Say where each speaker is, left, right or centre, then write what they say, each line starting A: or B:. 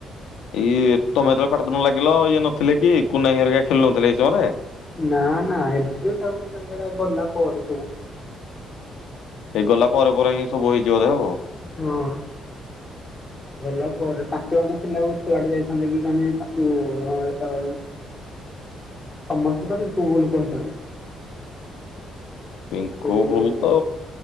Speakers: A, on the left; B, on the left.
A: ଇଏ ତମେ ଯେତବେଳେ ପାଟି ତୁଣ୍ଡ ଲାଗିଲ ଇଏ ନଥିଲେ କି କୁନାଭାଇ ହେରିକା ଖେଳୁନଥିଲେ ହେଇ ସମୟରେ?
B: ନା ନା ଏବେ ତାକୁ ତାଙ୍କର ଗଲା ପରେ ସବୁ
A: ଏଇ ଗଲା ପରେ ପରେ ହିଁ ସବୁ ହେଇଚି ବୋଧେ ଆଉ।
B: ହଁ। ଗଲା ପରେ ତାଙ୍କେ ମାନେ ପିଲାକୁ ଏତେ ବାଟ ଯାଇଥାନ୍ତେ କି ମାନେ ତାକୁ ଅଁ ଏତେବେଳ ଯାଏ।
A: <unintelligible>
B: ସମସ୍ତେ ତ ପିଙ୍କୁକୁ ଭୁଲ୍ କହୁଛନ୍ତି।
A: ପିଙ୍କୁ
B: ସେ
A: ଭୁଲ୍
B: ଯୋଉ
A: ତ